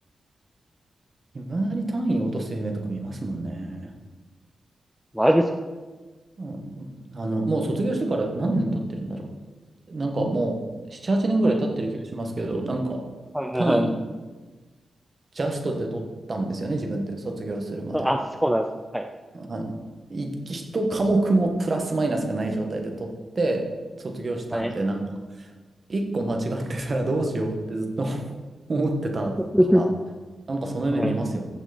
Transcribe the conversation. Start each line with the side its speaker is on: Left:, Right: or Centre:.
Right: いまだに単位落とす夢とか見ますもんね。
Centre: マジですか
Right: うん、あの、もう卒業してから何年経ってるんだろう。なんかもう、7、8年ぐらい経ってる気がしますけど、
Centre: はい。
Right: なんか、
Centre: はい、はい、
Right: 単位、
Centre: はい。
Right: ジャストで取ったんですよね、自分って、卒業するまで。
Centre: あ、そうなんですね。はい。
Right: あの、い一科目もプラスマイナスがない状態で取って、卒業したんで、
Centre: はい。
Right: なんか、一個間違ってたらどうしようってずっと <laughs> 思ってたから、
Centre: <laughs>
Right: なんかその夢見ますよ、
Centre: はい。